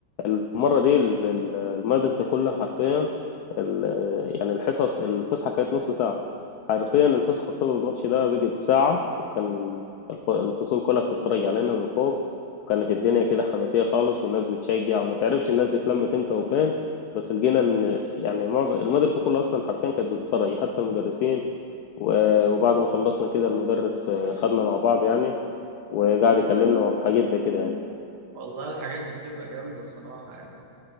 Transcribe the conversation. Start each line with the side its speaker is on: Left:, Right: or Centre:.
Left: المرة دي ال- ال- المدرسة كلها حرفيا ال... يعني الحصص الفسحة كانت نص ساعة حرفيا الفسحة بسبب الماتش ده بقت ساعة وكان الف... الفصول كلها بتتفرج علينا من فوق وكانت الدنيا كده حماسية خالص والناس بتشجع وما تعرفش الناس دي اتلمت امتى وفين بس لقينا ان يعني معظم المدرسة كلها اصلا حرفيا كانت بتتفرج حتى المدرسين و- وبعد ما خلصنا كده المدرس آه، خدنا مع بعض يعني وقعد يكلمنا وحاجات زي كده يعني
Right: والله الحاجات دي بتبقى جامدة الصراحة يعني